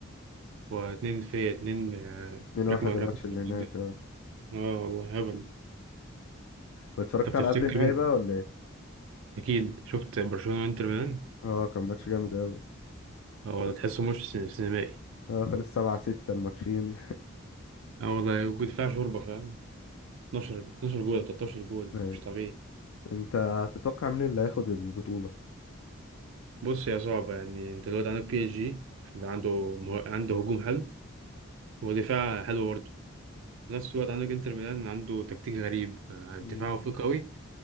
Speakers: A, on the right; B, on the left.
A: واتنين في اتنين آه،
B: اتنين واحد
A: ركمة ركمة
B: الماتش اللي
A: جدا
B: هناك اه
A: اه والله هبل
B: واتفرجت
A: طب تفتكر
B: على قبل النهائي
A: مين؟
B: بقى ولا ايه؟
A: اكيد شفت برشلونة وانتر ميلان
B: اه كان ماتش جامد اوي
A: اه والله
B: خل...
A: تحسه ماتش سين- سينمائي
B: اه خلص سبعة ستة الماتشين
A: اه والله ودفاع شوربة فاهم 12 12 جول 13
B: <laughs>
A: جول
B: أيوة.
A: مش طبيعي
B: انت تتوقع مين اللي هياخد البطولة؟
A: بص يا صعبة يعني انت دلوقتي عندك بي اس جي يبقى عنده مه... عنده هجوم حلو ودفاع حلو برضه في نفس الوقت عندك انتر ميلان عنده تكتيك غريب آه، دفاعه
B: مم.
A: فيه قوي